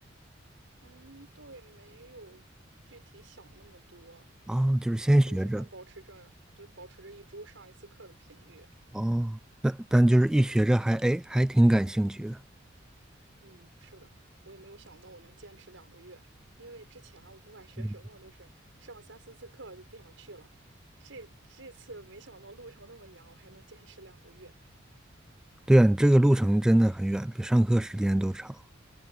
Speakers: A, on the right; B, in the centre.
A: 嗯，倒也没有具体想那么多，
B: 啊，就是先学着，
A: 就是现在保持着对保持着一周上一次课的频率。
B: 哦，但但就是一学着还哎还挺感兴趣的。
A: 嗯，是的，我也没有想到我能坚持两个月，因为之前啊我不管学什么都是上三四次课就不想去了。
B: 嗯，
A: 这这次没想到路程那么远，我还能坚持两个月，
B: 对啊，你这个路程真的很远，比上课时间都长。